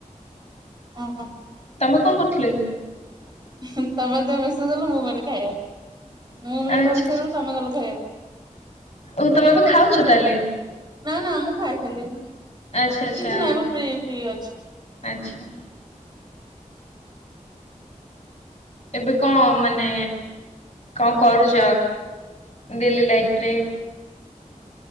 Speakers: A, on the right; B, on the left.
A: ଅ ହ।
B: ତମେ କଣ କରୁଥିଲ କି?
A: ତମେ ଯେତେବେଳେ ମେସେଜ ଦେଲ ମୁଁ ଗଲି ଖାଇଆକୁ, ମୁଁ ଯେତେବେଳେ
B: ଆଚ୍ଛା
A: ମେସେଜ
B: ଆଚ୍ଛା
A: ଦେଲି ତମେ ଗଲ ଖାଇଆକୁ,
B: ଓ ତମେ
A: ଏଇ
B: ଏବେ
A: ବସିଥିଲି
B: ଖାଉଛ ତାହେଲେ
A: ଆଉ। ନା ନା ମୁଁ ଖାଇସାରିଲେଣି ନା
B: ଆଚ୍ଛା ଆଚ୍ଛା।
A: କିଛି ନାହିଁ ଫ୍ରି ଫ୍ରି ଅଛି।
B: ଆଚ୍ଛା। ଏବେ କଣ
A: ହଁ।
B: ମାନେ କଣ କରୁଛ, ଡେଲି ଲାଇଫ୍ ରେ।